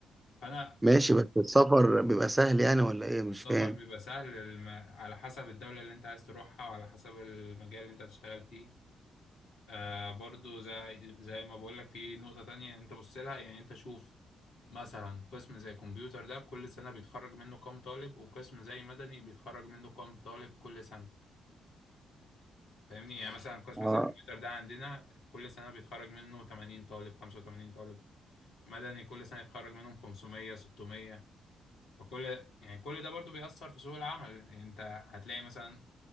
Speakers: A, on the left; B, on the right.
A: فانا
B: ماشي بس السفر بيبقى سهل يعني ولا إيه مش
A: السفر
B: فاهم
A: بيبقى سهل الم... على حسب الدوله اللي انت عايز تروحها وعلى حسب المجال اللي انت هتشتغل فيه آه برضو زي زي ما بقول لك في نقطة تانية انت بص لها يعني انت شوف مثلا قسم زي كمبيوتر ده كل سنة بيتخرج منه كام طالب وقسم زي مدني بيتخرج منه كام طالب كل سنة فاهمني يعني مثلا قسم
B: اه
A: زي الكمبيوتر ده عندنا كل سنة بيتخرج منه 80 طالب 85 طالب مدني كل سنة يتخرج منهم 500 600 فكل يعني كل ده برضو بيأثر في سوق العمل يعني انت هتلاقي مثلا